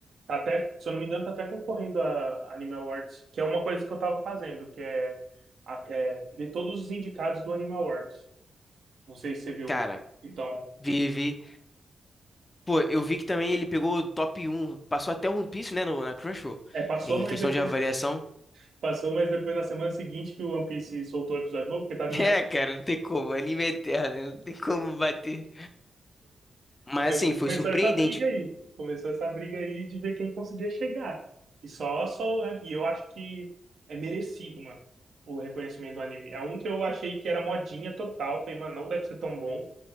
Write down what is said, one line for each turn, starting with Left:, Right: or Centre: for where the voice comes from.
Right: Tá Até, se eu não me engano, tá até concorrendo a Anime Awards, que é uma coisa que eu tava fazendo, que é, a- é ver todos os indicados do Anime Awards. Não sei se você viu
Left: Cara,
Right: os então
Left: vive.
Right: que
Left: Pô, eu vi que também ele pegou o top um, passou até o One Piece, né? No, na Crunchyroll,
Right: é, passou,
Left: em
Right: mas
Left: questão
Right: depois
Left: de avaliação.
Right: passou, mas depois na semana seguinte que o One Piece soltou o episódio novo, porque tava
Left: <laughs>
Right: em
Left: É,
Right: ar.
Left: cara, não tem como. Anime é eterno, né? não tem como bater. Mas
Right: Mas
Left: assim,
Right: começou
Left: foi surpreendente.
Right: essa briga aí, começou essa briga aí de ver quem conseguia chegar. E só, só, e eu acho que é merecido, mano, o reconhecimento do anime. É um que eu achei que era modinha total, falei, mano, não deve ser tão bom.